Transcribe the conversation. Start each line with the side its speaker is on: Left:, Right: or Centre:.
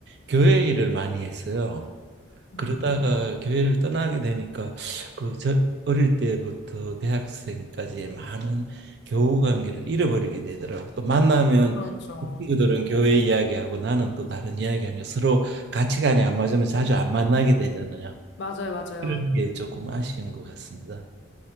Right: 교회 일을 많이 했어요.
Left: 음,
Right: 그러다가 교회를 떠나게 되니까 그 저 어릴 때부터 대학생까지의 많은 교우 관계를 잃어버리게 되더라고. 또 만나면
Left: 그렇죠.
Right: 그 친구들은 교회 이야기하고 나는 또 다른 이야기하니까 서로 가치관이 안 맞으면 자주 안 만나게 되잖아요.
Left: 맞아요, 맞아요.
Right: 그런 게 조금 아쉬운 것 같습니다.